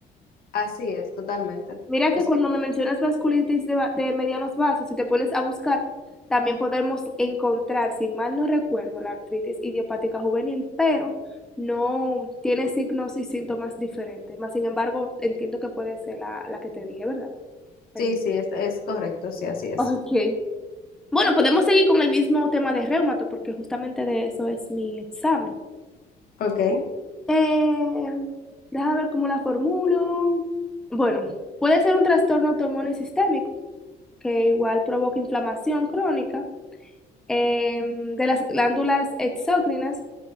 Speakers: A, on the left; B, in the centre.
A: Así es, totalmente.
B: Mira que
A: Es-
B: cuando me mencionas vasculitis de, va- de medianos vasos, si te pones a buscar, también podemos encontrar, si mal no recuerdo, la artritis idiopática juvenil, pero no tiene signos y síntomas diferentes. Más sin embargo, entiendo que puede ser la, la que te dije, ¿verdad? Me
A: sí,
B: dijiste.
A: sí, es, es correcto, sí, así es.
B: Ok. Bueno, podemos seguir con el mismo tema de reumato, porque justamente de eso es mi examen.
A: Ok,
B: Eh, déjame ver cómo la formulo. Bueno, puede ser un trastorno autoinmune sistémico que igual provoca inflamación crónica em, de las glándulas exócrinas